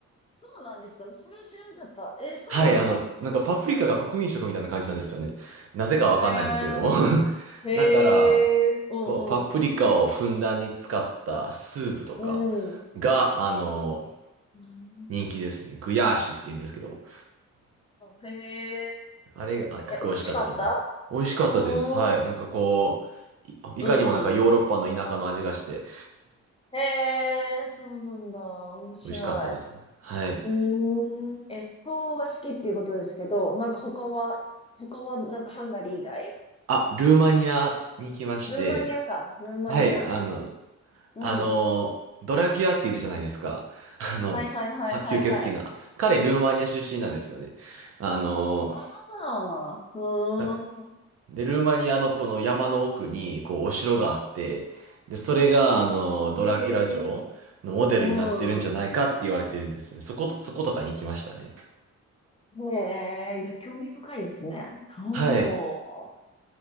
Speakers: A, on the left (about 20°); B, on the right (about 55°).
A: そうなんですかそれは知らなかった。えーそうなんだ。
B: はい、あの、なんかパプリカが国民食みたいな感じなんですよね。なぜかわかんないんですけれども。
A: へえ。あ、
B: <laughs>
A: へえ、
B: だから、
A: うんうん。
B: こう、パプリカをふんだんに使ったスープとか
A: うん。
B: が、あの、
A: う
B: 人気ですね。グヤーシュって言うんですけども。
A: んへえ。
B: あれが、あ結構美味しかったと思います。
A: え、美味しかった
B: 美味しかったです。
A: おー。
B: はい。なんかこう、いいかにもなんかヨーロッパの田舎の味がして、
A: うんうん。へえ、そうなんだ。面白い。
B: 美味しかったですね。はい。
A: うーん。え、フォーが好きっていうことですけど、なんか他は、他はなんかハンガリー以外
B: あ、ルーマニアに来まして、
A: ルーマニアか。ルーマニア。
B: はい、あの、
A: うん。
B: あの、ドラキュアっているじゃないですか。<laughs> あの、
A: はいはいはいはいはい。
B: は吸血鬼の。彼、ルーマニア出身なんですよね。あの、
A: ああ、うーん。
B: だで、ルーマニアのこの山の奥に、こう、お城があって、で、それが、あの、ドラキュラ城のモデルになってるんじゃないかって言われてるんですね。
A: ええ、うん。
B: そこ、そことかに行きましたね。
A: ねえ、いや、興味深いですね。おー、
B: はい。